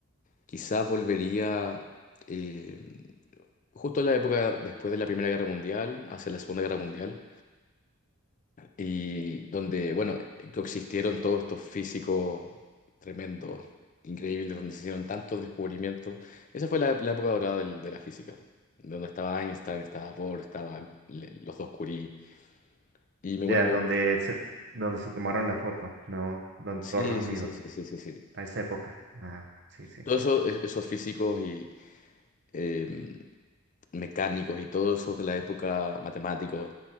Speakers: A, on the left; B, on the right.
A: quizás volvería eh, justo en la época después de la Primera Guerra Mundial, hacia la Segunda Guerra Mundial. y donde, bueno, coexistieron todos estos físicos tremendos, increíbles, donde se hicieron tantos descubrimientos. Esa fue la, la época dorada del- de la física, donde estaba Einstein, estaba Bohr, estaban los dos Curie. Y me, bueno,
B: Ya,
A: me
B: donde
A: gusta.
B: se, donde se tomaron la foto, ¿no? Donde
A: Sí,
B: todos reunidos,
A: sí, sí, sí, sí, sí, sí.
B: a esa época. Ah, sí, sí,
A: Todos
B: sí.
A: esos, es- esos físicos y eh, mecánicos y todos esos de la época matemáticos